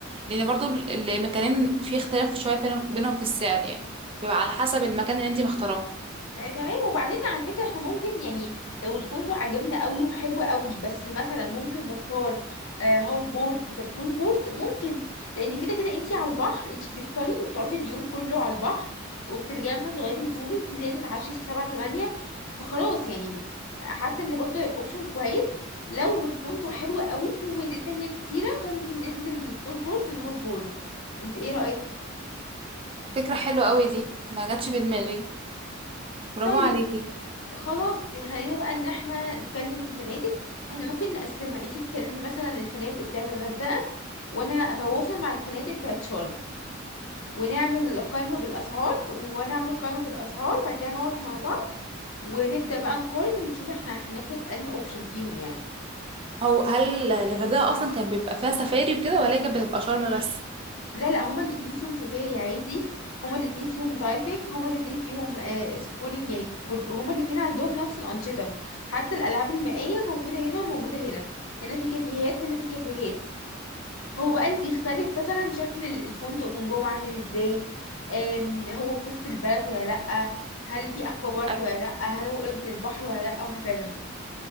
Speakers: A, on the right; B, on the left.
A: لان برضو ال- المكانين في اختلاف شوية بينهم بينهم في السعر يعني بيبقى على حسب المكان اللي انت مختاراه
B: آه، تمام وبعدين على فكرة احنا ممكن يعني لو الفندق عجبنا قوي وحلو قوي بس مثلا ممكن نختار آه، هاف بورد بدل فول بورد ممكن لان كده كده انتي على البحر انتي بتفطري وتقعدي اليوم كله على البحر وبترجعي مثلا تغيري هدومك وتنزلي تتعشي الساعة 7 8 فخلاص يعني حاسة ان برضه اوبشن كويس لو الفندق حلو قوي وفيه مميزات تانية كتيرة ممكن ننزل من الفول بورد للهاف بورد انتي ايه رأيك؟
A: فكرة حلوة قوي دي ما جاتش في دماغي برافو
B: طيب
A: عليكي
B: خلاص خلينا بقى ان احنا نكلم الفنادق احنا ممكن نقسمها انتي تكلمي مثلا الفنادق بتاعه الغردقة وانا اتواصل مع الفنادق بتاعه شرم ونعمل قائمة بالاسعار وانا اعمل قائمة بالاسعار بعد كده نقعد مع بعض ونبدأ بقى نقارن ونشوف احنا هناخد انهي اوبشن فيهم يعني
A: هو هل الغردقة أصلا كان بيبقى فيها سفاري وكده ولا هي كانت بتبقى شرم بس؟
B: لا لا هما الاتنين فيهم سفاري عادي هما الاتنين فيهم دايفنج هما الاتنين فيهم آه سكولينج يعني كل هما الاتنين عندهم نفس الأنشطة حتى الألعاب المائية موجودة هنا وموجودة هنا هنا في كافيهات وهنا في كافيهات هو بقى اللي بيختلف مثلا شكل ال- الفندق من جوه عامل ازاي آم، هو في وسط البلد ولا لأ هل في أكوا بارك
A: ايوه
B: ولا لأ هل هو قريب من البحر ولا لأ وهكذا